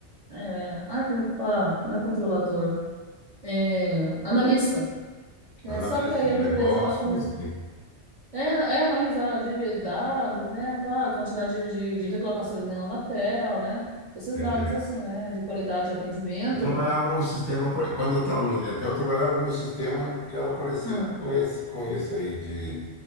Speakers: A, on the right (about 45°); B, on the left (about 60°).
A: é, ai, como é que fala? Não é controlador, é, analista, né?
B: Analista
A: Só que aí
B: de
A: a empresa,
B: negócios,
A: ela começou,
B: coisas assim.
A: é, é analisar de, de dados, né, a quantidade de, de reclamações na Anatel, né, esses
B: Entendi.
A: dados, assim, né, de qualidade de atendimento.
B: Eu trabalhava num sistema, quando eu estava no Dentel, eu trabalhava num sistema que era parecido
A: hum,
B: com esse, com esse aí, de